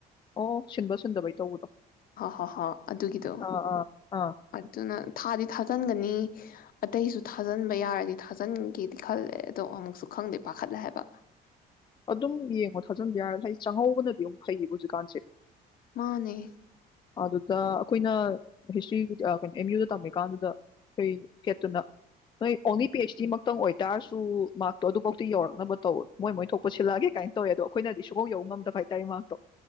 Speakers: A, on the left; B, on the left.
A: ꯑꯣ ꯑꯣ ꯁꯤꯟꯕ ꯁꯤꯟꯗꯕꯩ ꯇꯧꯕꯗꯣ
B: ꯍꯣ ꯍꯣ ꯍꯣꯏ ꯑꯗꯨꯒꯤꯗꯣ
A: ꯑꯥ ꯑꯥ ꯑꯥ
B: ꯑꯗꯨꯅ ꯊꯗꯤ ꯊꯖꯤꯟꯒꯅꯤ ꯑꯇꯩꯁꯨ ꯊꯖꯤꯟꯕ ꯌꯥꯔꯗꯤ ꯊꯖꯤꯟꯒꯦꯗꯤ ꯈꯜꯂꯦ ꯑꯗꯣ ꯑꯃꯨꯛꯁꯨ ꯈꯪꯗꯦ ꯄꯈꯠꯂꯦ ꯍꯥꯌꯕꯥ
A: ꯑꯗꯨꯝ ꯌꯦꯡꯑꯣ ꯊꯖꯤꯟꯕꯥ ꯌꯥꯔꯗꯤ ꯍꯥꯏꯗꯤ ꯆꯪꯍꯧꯕꯅꯥꯗꯤ ꯑꯃꯨꯛ ꯐꯩꯌꯦꯕꯥ ꯍꯧꯖꯤꯛꯀꯥꯟꯁꯤ
B: ꯃꯥꯟꯅꯦ
A: ꯑꯗꯨꯗ ꯑꯩꯈꯣꯌꯅꯥ ꯍꯤꯁꯇ꯭ꯣꯔꯤ ꯀꯩ ꯅꯣ ꯑꯦꯝ ꯌꯨꯗ ꯇꯝꯃꯤꯀꯟꯗꯨꯗ ꯑꯩꯈꯣꯌ ꯍꯦꯗꯇꯨꯅ ꯅꯣꯏ ꯑꯣꯟꯂꯤ ꯄꯤ ꯍꯦꯁ ꯗꯤ ꯃꯛꯇꯪ ꯑꯣꯏ ꯇꯔ꯭ꯁꯨ ꯃꯔꯛ ꯇꯣ ꯑꯗꯨꯕꯥꯑꯣꯇꯤ ꯌꯧꯔꯛꯅꯕ ꯇꯧ ꯃꯣꯏ ꯃꯣꯏ ꯊꯣꯛꯄ ꯁꯤꯜꯂꯛꯑꯒꯦ ꯒꯥꯏ ꯅꯥ ꯇꯧꯌꯦ ꯑꯗꯣ ꯑꯩꯈꯣꯌꯅꯥꯗꯤ ꯁꯨꯛ ꯌꯧ ꯉꯝꯗꯕ ꯍꯥꯏꯇꯔꯦ ꯃꯥꯔꯛꯇꯣ